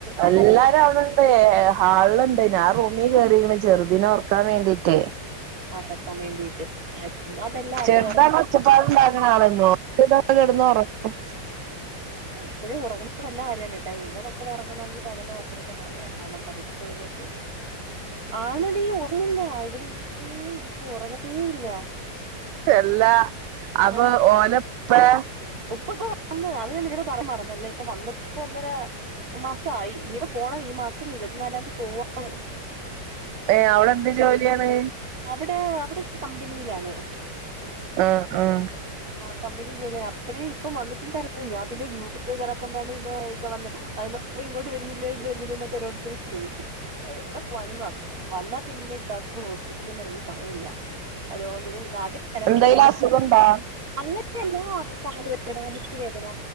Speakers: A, on the right (about 50°); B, on the right (about 75°).
A: ആഹാരം
B: എല്ലാരുവ്ട്ണ്ട്
A: കഴിക്കും
B: എ ഹാള്ൾണ്ട് ഞാ റൂമി കേറിക്ക്ണ് ചെറു ഇതിനൊർക്കാ വേണ്ടീട്ടേ.
A: ഉറക്കാൻ വേണ്ടിയിട്ട് അതല്ല അവിടെ
B: ചെറുതാണോ
A: ഇറങ്ങി
B: ച്ചപ്പാട്ണ്ടാക്ക്ണ ആള് <unintelligible> കെട്ന്നൊറങ്ങും
A: ഇപ്പൊഴെ ഉറങ്ങുന്നത് നല്ല കാര്യാണ് ട്ടോ എന്റെ മക്കൾ ഒറങ്ങണെങ്കിൽ പയിനൊന്ന് പന്ത്രണ്ട് മണിയാവണം പടച്ചോനെ ആണെടീ ഉറങ്ങില്ല ഇവരിങ്ങനേ ഇരിക്കും ഉറങ്ങത്തേ ഇല്ല.
B: എല്ലാ അപ്പൊ
A: ആ
B: ഓലപ്പെ?
A: ഉപ്പ ഇപ്പൊ വന്നു അത് ഞാ നിന്നോട് പറയാൻ മറന്നല്ലേ ഇപ്പൊ വന്നിട്ട് പ്പൊന്നരാ മാസായി ഇനിയിപ്പോ പോണം ഈ മാസം ഇരുപത്തിനാലാന്തി പോവാണ്.
B: ഏഹ് അവിടെ എന്ത് ജോലിയാണ്
A: അവിടെ അവിടെ ഒരു കമ്പനിയിലാണ്
B: ആഹ് ആഹ്
A: ആഹ് കമ്പനി ജോലിയാണ്, അപ്പഴെ ഇപ്പം വന്നിട്ടുണ്ടായിരുന്നു ഞാ പിന്നെ ഗ്രൂപ്പില് കേറാത്തോണ്ടാണ് പിന്നെ ക്ക വന്ന് അ്ന്ന് പ്പ ഇങ്ങോട്ട് വരുന്നില്ലെ ഇങ്ങോട്ട് വരുന്നില്ലന്നൊക്ക ഓരോര്ത്തര് ചോയിക്കും. എവിടെ പോവാനും സമയല്ല വന്നാ പിന്നെക്കാക്ക് ഹോസ്പിറ്റലിന്ന് ഇറങ്ങി സമയില്ല ഓരോന്നിന് നാട്ടി വരമ്പകി
B: എന്തേലും
A: തന്നെ
B: അസുഖണ്ടോ
A: ഉമ്മയ്ക്കെല്ലാ കാല് വേദന മുട്ടുവേദന